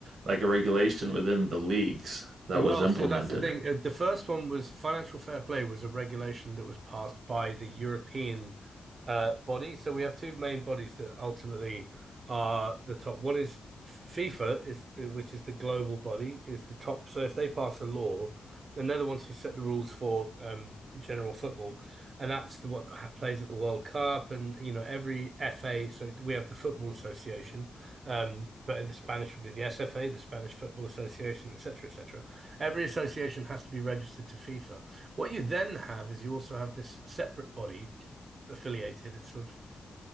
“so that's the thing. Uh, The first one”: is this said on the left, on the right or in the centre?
Right